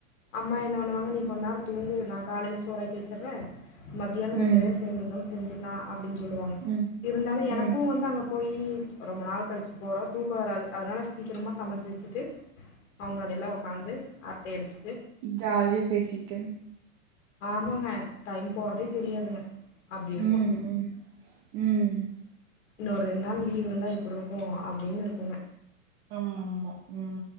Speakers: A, on the left (about 65°); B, on the right (about 30°).
A: அம்மா என்ன வண்ணுவாங்க நீ கொந்நேரோ தூங்கு நா காலைல சோறாக்கி வெச்சற்றே மத்தியானோ
B: ம்,
A: ரெண்டு வேறு சே சேந்துக்காந் செஞ்சுக்லா அப்டின் சொல்லுவாங்க
B: ம்.
A: இருந்தாலு
B: ம்
A: எனக்கு வந்து அங்க போயி ரொம்ப நாள் கழிச்சு போறோ தூக்கோ வராது அதனால சீக்கிரமா சமச்சு வெச்சிட்டு அவங்ளோடெல்லா உக்காந்து ட்டை அடிச்சிட்டு
B: ஜால்யா பேசிட்டு
A: ஆமாங்க டைம் போறதே தெரியாதுங்க அப்டி இருக்கு
B: ம் ம் ம்
A: இன்னோர் ரெண் நாள் லீவ் இருந்தா எப்புட்ருக்கு அப்டின் இருக்குங்க
B: ஆம்மா ம்மா ம்